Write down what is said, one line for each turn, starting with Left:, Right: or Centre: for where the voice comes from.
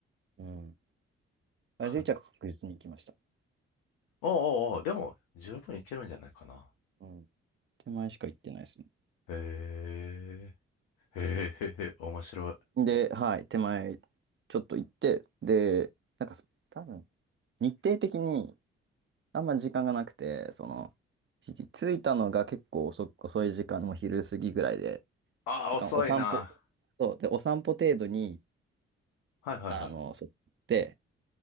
Right: うん。あ、
Left: かな。
Right: 11は確実に行きました。
Left: おうおうおう、でも十分いけるんじゃないかな。
Right: うん。手前しか行ってないですね。
Left: へえ。へえへへ、面白い。
Right: で、はい、手前、ちょっと行って、で、なんかそ、多分、日程的にあんま時間がなくて、その、ひ着いたのが結構遅、遅い時間、もう昼過ぎぐらいで、
Left: ああ、
Right: だからお散歩、
Left: 遅いな。
Right: そう、で、お散歩程度に、
Left: はいはいはい。
Right: あの、そう行って、